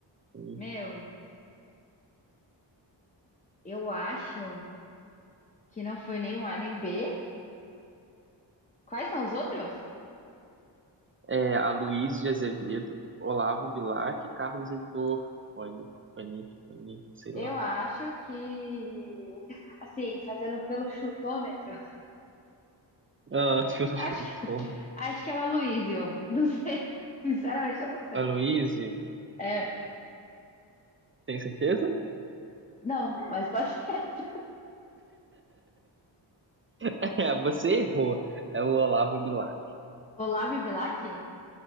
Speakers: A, on the right; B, on the left.
A: Cone.
B: Meu, eu acho que não foi nem o A nem o B. Quais são os outros?
A: É, Aloysio de Azevedo, Olavo Bilac, e Carlos Heitor Cone, Cone, Cone, sei
B: Eu
A: lá.
B: acho que. Assim, fazendo pelo chutômetro,
A: Ah,
B: <laughs>
A: <laughs> deixa eu
B: acho
A: chutar.
B: que, acho que é o Aloysio. Não sei. Sinceramente, eu não sei.
A: Aloysio,
B: É,
A: tem certeza? <laughs>
B: não, mas pode ser. <laughs>
A: É, você errou. É o Olavo Bilac.
B: Olavo Bilac?